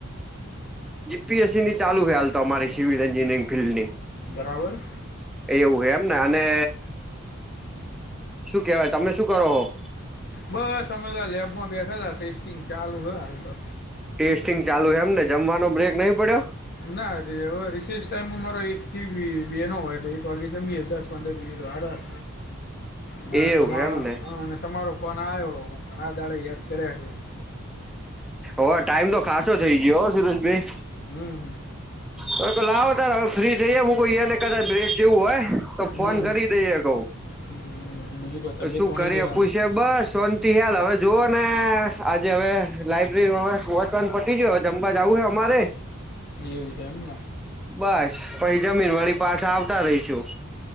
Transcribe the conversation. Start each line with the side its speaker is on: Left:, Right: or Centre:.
Centre: જીપીએસસી ની ચાલુ હવે તો અમારી સિવિલ એન્જિનયરિંગ ફિલ્ડની,
Left: બરાબર.
Centre: એવું હા એમને અને, શું કેવાય તમે શું કરો છો.
Left: બસ અમે તો લેબમાં બેઠા હતા ટેસ્ટિંગ ચાલુ છે.
Centre: ટેસ્ટિંગ ચાલુ છે એમને જમવાનો બ્રેક નહી પડ્યો.
Left: નાવે રિસેસ ટાઈમ મારો એક થી બેનો હોય એક વાગે જમીએ દસ પંડર મિનિટ વારહ.
Centre: <unintelligible>
Left: ના તમારો
Centre: એમને
Left: અને તમારો ફોન આવ્યો હું ઘણા દાડે યાદ કર્યા છું.
Centre: ઓ ટાઈમ તો ખાસો થઇ ગયો હો, સુરજભાઈ.
Left: હમ.
Centre: હવે તો લાવો તાર હવે ફ્રી થઈ હું કોઈ ને કદાચ બ્રેક જેવું હોય તો ફોન
Left: હમ
Centre: કરી દઈએ કહઉ.
Left: હમ બીજું કોઈ તબિયત
Centre: તો શું
Left: પાણી
Centre: કરી
Left: કેવા
Centre: આપું છે? બસ સોનથી હ્યાલ હવે જુઓ ને આજે હવે લાઈબ્રેરીમાં હ વોંચવાનું પટી ગયો જમવા જવું હે અમારે
Left: એવું છે એમને.
Centre: બસ પછી જમીન વાળી પાસે આવતા રહીશું.